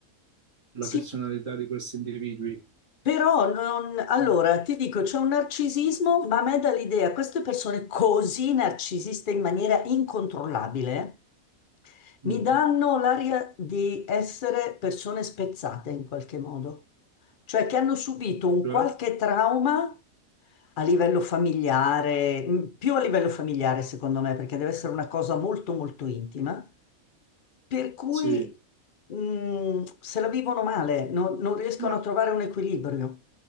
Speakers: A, on the right; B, on the left.
A: la
B: Sì,
A: personalità di questi individui.
B: però non- allora
A: Mm.
B: ti dico, c'è un narcisismo, ma a me dà l'idea, queste persone così narcisiste in maniera incontrollabile. Mi
A: Mhm.
B: danno l'aria di essere persone spezzate in qualche modo, cioè che hanno subito un
A: Cioè,
B: qualche trauma a livello familiare, mm, più a livello familiare secondo me, perché deve essere una cosa molto molto intima, per cui
A: sì,
B: mm, se la vivono male, non non riescono
A: ma
B: a trovare un equilibrio.